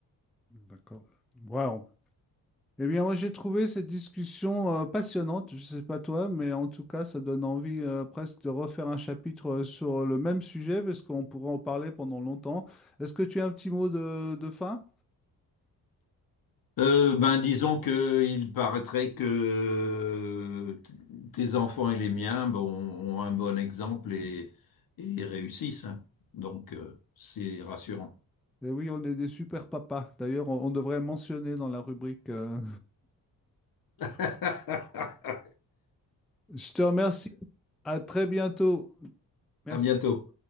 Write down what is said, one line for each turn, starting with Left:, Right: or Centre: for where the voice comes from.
Centre: d'accord. Ouais, on Eh bien, moi, j'ai trouvé cette discussion euh, passionnante. Je ne sais pas toi, mais en tout cas, ça donne envie euh, presque de refaire un chapitre euh, sur le même sujet parce qu'on pourrait en parler pendant longtemps. Est-ce que tu as un petit mot de, de fin?
Left: Euh, ben, disons que il paraîtrait que t- tes enfants et les miens, bon, ont un bon exemple et, et réussissent. hein. Donc, euh, c'est rassurant.
Centre: Eh oui, on est des super papas. D'ailleurs, on, on devrait le mentionner dans la rubrique. euh.
Left: <laughs>
Centre: <laughs> Je te remercie. À très bientôt. Merci.
Left: À bientôt.